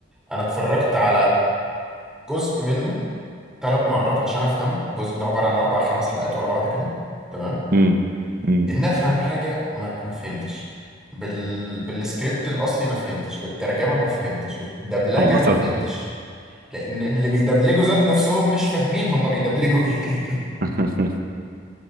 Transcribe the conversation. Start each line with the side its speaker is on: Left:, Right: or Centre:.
Centre: أنا اتفرجت على جزء منه ثلاث مرات عشان أفهمه الجزء ده عبارة عن أربع خمس حلقات ورا بعض كده تمام
Right: مم. مم.
Centre: ان افهم حاجه ما ما فهمتش بال... بالسكريبت الاصلي ما فهمتش بالترجمه ما فهمتش بالدبلجه
Right: الله
Centre: ما
Right: طب
Centre: فهمتش لان اللي بيدبلجوا ذات نفسهم مش فاهمين هما بيدبلجوا ايه
Right: <laughs>